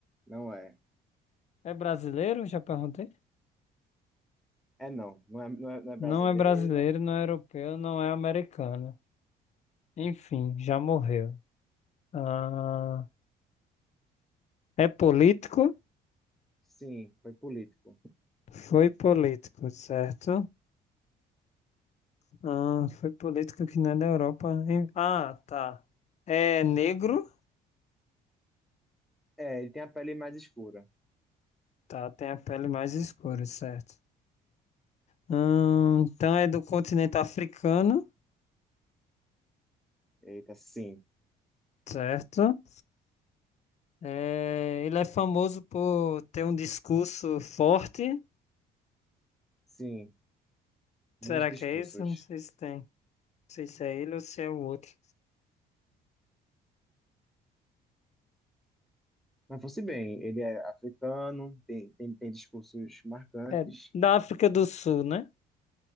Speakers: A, in the centre; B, on the left.
A: Não é.
B: É brasileiro? Já perguntei.
A: É não, não é, não é, não é brasileiro.
B: Não é brasileiro, não é europeu, não é americano. Enfim, já morreu. Ah, é político?
A: Sim, foi político.
B: Foi político, certo? Ah, foi política que não é da Europa. hein? Ah, tá. É negro?
A: É, ele tem a pele mais escura.
B: Tá, tem a pele mais escura, certo. Hum, então é do continente africano,
A: Eita, sim,
B: certo? É, ele é famoso por ter um discurso forte.
A: sim, muitos
B: Será
A: discursos.
B: que é isso? Não sei se tem. Não sei se é ele ou se é o outro.
A: Mas fosse bem, ele é africano, tem, tem, tem discursos marcantes.
B: É da África do Sul, né?